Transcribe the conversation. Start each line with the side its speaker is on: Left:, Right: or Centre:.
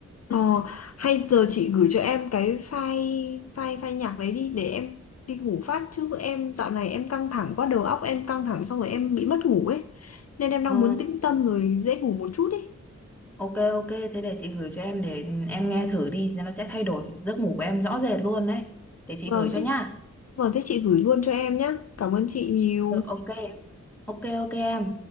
Left: Ờ, hay giờ chị gửi cho em cái file file file nhạc đấy đi để em đi ngủ phát chứ em dạo này em căng thẳng quá đầu óc em căng thẳng xong rồi em bị mất ngủ ấy nên em đang
Centre: ờ
Left: muốn tĩnh tâm rồi dễ ngủ một chút ấy.
Centre: ok ok thế để chị gửi cho em để ừ, em nghe thử đi nó sẽ thay đổi giấc ngủ của em rõ rệt luôn đấy để chị
Left: Vâng
Centre: gửi cho
Left: thế
Centre: nhá
Left: vâng thế chị gửi luôn cho em nhá. Cảm ơn chị nhiều.
Centre: Rồi, ok ok ok em